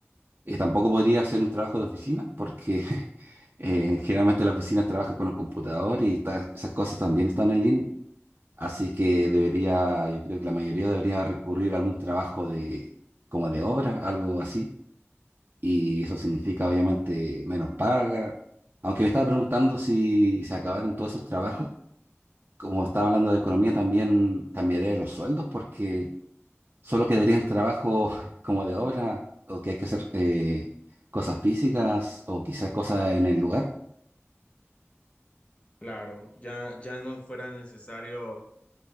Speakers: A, on the right; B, on the left.
A: Eh, tampoco podría hacer un trabajo de oficina, porque <laughs> eh, generalmente las oficinas trabajan con un computador y ta- esas cosas también están en línea. Así que debería, yo creo que la mayoría debería recurrir a algún trabajo de, como de obra, algo así. Y eso significa obviamente menos paga. Aunque me estaba preguntando si se acabaron todos esos trabajos, como estaba hablando de economía, también cambiaría los sueldos porque solo quedarían trabajos <laughs> como de obra o que hay que hacer eh, cosas físicas o quizás cosas en el lugar.
B: Claro, ya, ya no fuera necesario